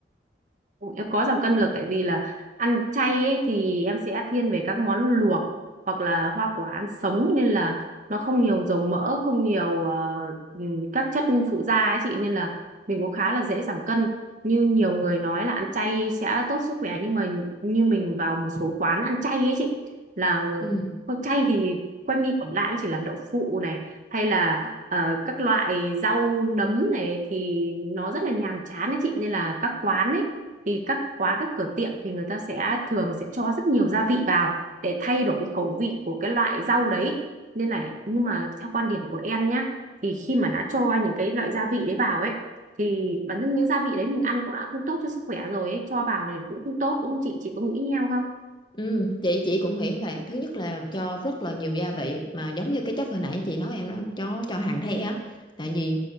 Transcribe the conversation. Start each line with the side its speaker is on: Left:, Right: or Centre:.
Right: Em có giảm cân được tại vì là ăn chay ấy, thì em sẽ thiên về các món luộc hoặc là hoa quả ăn sống nên là nó không nhiều dầu mỡ, không nhiều ờ, ừm, các chất phụ gia ấy chị nên là mình cũng khá là dễ giảm cân. Như nhiều người nói là ăn chay sẽ tốt sức khỏe nhưng mà như mình vào một số quán ăn chay ấy chị là ng-
Left: ừ.
Right: có chay thì quanh đi quẩn lại chỉ là đậu phụ này hay là ờ, các loại rau nấm này thì nó rất là nhàm chán đấy chị nên là các quán ấy thì các quán các cửa tiệm thì người ta sẽ thường sẽ cho rất nhiều gia vị vào để thay đổi khẩu vị của cái loại rau đấy nên là nhưng mà theo quan điểm của em nhá thì khi mà đã cho những cái loại gia vị đấy vào ấy thì bản thân những gia vị đấy mình ăn cũng đã không tốt cho sức khỏe rồi ấy cho vào thì cũng không tốt đúng không chị chị có nghĩ như em không
Left: Ừ, chị chị cũng nghĩ vậy thứ nhất là cho rất là nhiều gia vị mà giống như cái chất hồi nãy chị nói em đó cho cho hàn the á tại vì